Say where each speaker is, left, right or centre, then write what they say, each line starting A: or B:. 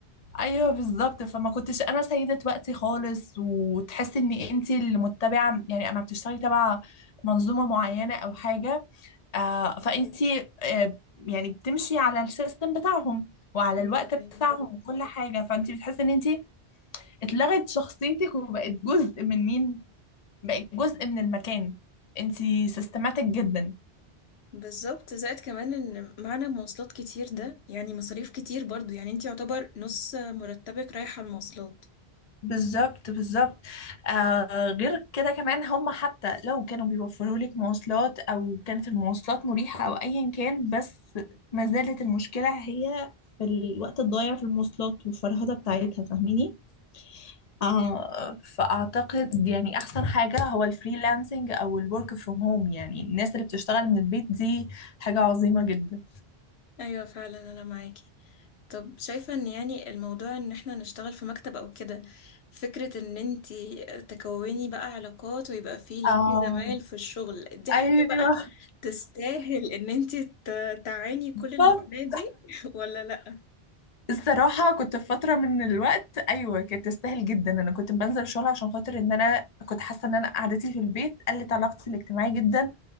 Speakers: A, on the left; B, on the left.
A: ايوه بالظبط فما كنتش انا سيده وقتي خالص وتحسي ان انت اللي متبعه يعني اما بتشتغلي تبع منظومه معينه او حاجه آه فانت آه يعني بتمشي على السيستم بتاعهم وعلى
B: ايوه
A: الوقت بتاعهم
B: ايوه
A: وكل حاجه فانت بتحسي ان انت اتلغت شخصيتك وبقت جزء من مين بقت جزء من المكان انت سيستماتيك جدا
B: بالظبط زائد كمان ان معنا مواصلات كتير ده يعني مصاريف كتير برضو يعني انت يعتبر نص مرتبك رايح على المواصلات
A: بالظبط بالظبط آه غير كده كمان هم حتى لو كانوا بيوفروا لك مواصلات او كانت المواصلات مريحة او ايا كان بس ما زالت المشكلة هي في الوقت الضايع في المواصلات والفرهدة بتاعتها فاهميني آه فاعتقد يعني احسن حاجة هو الفريلانسنج او الورك فروم هوم يعني الناس اللي بتشتغل من البيت دي حاجة عظيمة جدا
B: ايوه فعلا انا معاكي طب شايفة ان يعني الموضوع ان احنا نشتغل في مكتب او كده فكرة ان انت تكوني بقى علاقات ويبقى فيه ليكي
A: آه
B: زمايل في الشغل دي حاجة
A: ايوه
B: بقى تستاهل ان انت ت- تعاني كل
A: <laughs>
B: المعاناة دي <laughs> ولا لا
A: الصراحة كنت في فترة من الوقت أيوة كانت تستاهل جدا أنا كنت بنزل الشغل عشان خاطر إن أنا كنت حاسة إن أنا قعدتي في البيت قلت علاقتي الاجتماعية جدا